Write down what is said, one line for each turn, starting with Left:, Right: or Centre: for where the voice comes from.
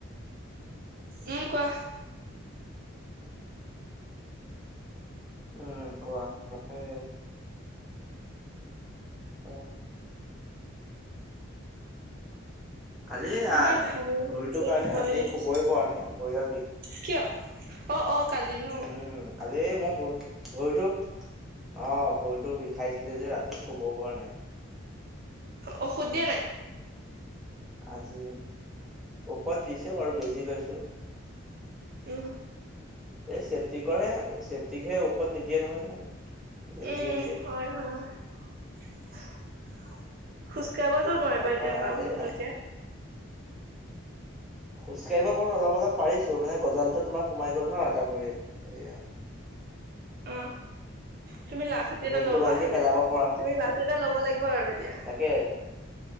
Right: উম কোৱা
Centre: উম কোৱা মই অ কালি আহ
Right: ইমান ভাল আহিছে
Centre: ভৰিটোৰ কাৰণে
Right: টোপনি
Centre: ৰাতি
Right: লাগিছে
Centre: শুবই পৰা নাই ভৰিডাল বিষ
Right: কিয় অ অ কালি ন
Centre: উম কালি মই ভৰি ভৰিতো অ ভৰিতটো বিষাইছিলে যে ৰাতি শব পৰা নাই
Right: ঔষধ দিয়া নাই
Centre: আজি ঔষধ দিছে বাৰু বেজি লৈছো
Right: এইম
Centre: এই চেফটিকৰ হে চেফটিকহে ঔষধ নিদিয়ে নহয় ইমান বেজিহে
Right: এ
Centre: দিয়ে
Right: হয় হয় কেতিয়াবাাতো নোৱাৰিবা
Centre: তাৰপা
Right: এতিয়াাৰ
Centre: এয়া
Right: ভালকে
Centre: খোজকাঢ়িব পাৰো অলপ অলপ পাৰিছো মানে গজালটো তোমাৰ সোমাই গল ন এটা পৰি সয়া
Right: অ তুমি লাখুট এটা
Centre: ভৰিটো
Right: ল'বাা
Centre: ভালকে পেলাব পৰা নাই
Right: তুমি লাখট এটা ল'ব লাগিব আৰু এতিয়া
Centre: তাকে